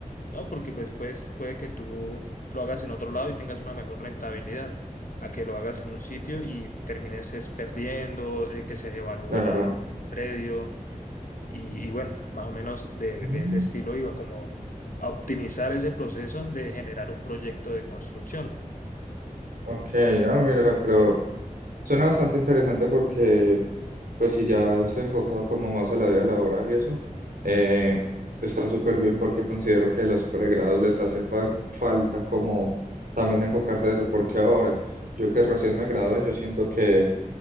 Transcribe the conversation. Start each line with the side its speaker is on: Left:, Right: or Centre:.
Left: No, porque pues, pues puede que tú lo hagas en otro lado y tengas una mejor rentabilidad, a que lo hagas en un sitio y termines es perdiendo, eh, que se devalúe
Right: Claro.
Left: la, el predio. Y, y bueno, más o menos de,
Right: Ujú,
Left: de ese estilo iba, como a optimizar ese proceso de generar un proyecto de construcción.
Right: Ok, no, mira, pero Suena bastante interesante porque, pues si ya se ha enfocado como más a la vida laboral y eso, eh, está súper bien porque considero que a los pregrados les hace fa- falta como también enfocarse a eso, porque ahora yo que recién me gradué, yo siento que